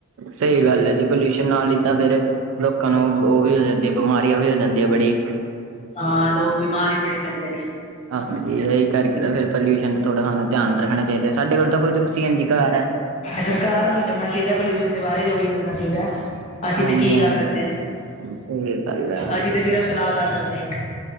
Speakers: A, on the right; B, on the left.
A: ਸਹੀ ਗੱਲ ਹੈ ਜੀ। ਪੋਲਊਸ਼ਨ ਨਾਲ ਹੀ ਤਾਂ ਫੇਰ ਲੋਕਾਂ ਨੂੰ ਉਹ ਵੀ ਹੋ ਜੇ। ਜੇ ਬਿਮਾਰੀਆਂ ਵੀ ਹੋ ਜਾਂਦੀਆਂ ਬੜੀ
B: ਹਾਂ ਲੋਕ ਬਿਮਾਰ ਵੀ ਬੜੇ ਪੈਂਦੇ ਨੇ
A: ਹਾਂਜੀ ਇਹੀ ਕਰਕੇ ਤਾ ਫੇਰ ਪਲੳਸ਼ਨ ਦਾ ਥੋੜ੍ਹਾ ਸਾਨੂੰ ਧਿਆਨ ਰੱਖਣਨਾ ਚਾਹੀਦਾ ਸਾਡੇ ਕੋਲ ਤਾਂ ਖੁਦ ਸੀਐਨਜੀ ਕਾਰ ਹੈ।
B: ਸਰਕਾਰ ਨੂੰ ਵੀ ਕਰਨਾ ਚਾਹੀਦਾ ਪਲਊਸ਼ਨ ਦੇ ਬਾਰੇ ਜੋ ਵੀ ਕਰਨਾ ਚਾਹੀਦਾ ਹੈ ਅਸੀਂ
A: ਹਾਂਜੀ
B: ਤੇ ਕੀ
A: ਹਾਂਜੀ
B: ਕਰ ਸਕਦੇ
A: ਸਹੀ ਗੱਲ ਹੈ
B: ਅਸੀ ਤੇ ਸਿਰਫ ਸਲਾਹ ਕਰ ਸਕਦੇ ਏਕ